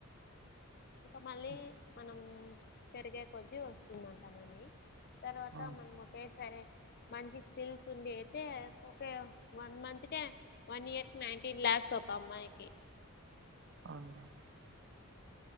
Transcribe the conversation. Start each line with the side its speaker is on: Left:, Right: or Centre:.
Left: ఇంకా మళ్ళీ
Right: ఉమ్,
Left: మనం పెరిగే కొద్దీ వస్తుందంటామని తర్వాత
Right: అవును
Left: మనము వాకేసరే మంచి స్కిల్స్ ఉండ అయితే ఒకే వన్ మంత్ క వన్ ఇయర్ కి నైన్టీన్ లాక్స్ ఒక్కామ్మాయికి
Right: <inaudible>